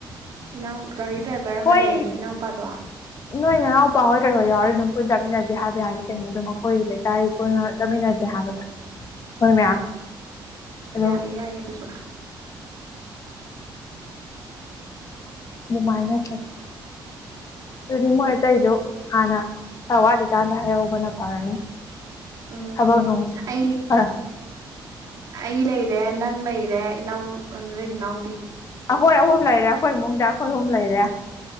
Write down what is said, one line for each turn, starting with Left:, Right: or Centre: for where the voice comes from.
Left: <inaudible>
Right: ꯏꯅꯥꯎ ꯒꯥꯔꯤ ꯗ꯭ꯔꯥꯏꯚꯔ ꯑꯃ
Left: ꯍꯣꯏ
Right: ꯂꯩꯌꯦꯗꯅ ꯏꯅꯥꯎꯄꯥꯗꯣ
Left: ꯅꯣꯏ ꯅꯅꯥꯎꯄꯥ ꯍꯣꯏ ꯀꯩꯍꯣꯏ ꯌꯥꯎꯔꯗꯤ ꯑꯗꯨꯝ ꯄꯨꯟ ꯆꯠꯃꯤꯟꯅꯖꯦ ꯍꯥꯏꯕ ꯌꯥꯅꯤ ꯀꯩꯅꯣ ꯑꯗꯨꯝ ꯑꯩꯈꯣꯏ ꯂꯩꯀꯥꯏ ꯄꯨꯟꯅ ꯆꯠꯃꯤꯟꯅꯖꯦ ꯍꯥꯏꯕꯗ ꯃꯣꯏ ꯃꯌꯥꯝ ꯑꯗꯨꯝ
Right: ꯌꯥꯏꯌꯦ ꯌꯥꯏꯌꯦ ꯑꯗꯨꯁꯨ
Left: ꯑꯗꯨ ꯑꯗꯨꯃꯥꯏꯅ ꯆꯠꯁꯦ ꯑꯗꯨꯗꯤ ꯃꯣꯏ ꯑꯇꯩꯗꯨ ꯍꯥꯟꯅꯋꯥꯠꯂꯤꯀꯥꯟꯗ ꯍꯥꯏꯍꯧꯕꯅ ꯐꯔꯅꯤ
Right: ꯎꯝ
Left: ꯊꯕꯛ ꯉ
Right: ꯑꯩ
Left: ꯀꯔ
Right: ꯑꯩ ꯂꯩꯔꯦ ꯅꯪ ꯂꯩꯔꯦ ꯏꯅꯥꯎ ꯅ ꯏꯅꯥꯎ
Left: ꯑꯩꯈꯣꯏ ꯑꯍꯨꯝ ꯂꯩꯔꯦ ꯑꯩꯈꯣꯏ ꯏꯃꯨꯡꯗ ꯑꯩꯈꯣꯏ ꯑꯍꯨꯝ ꯂꯩꯔꯦ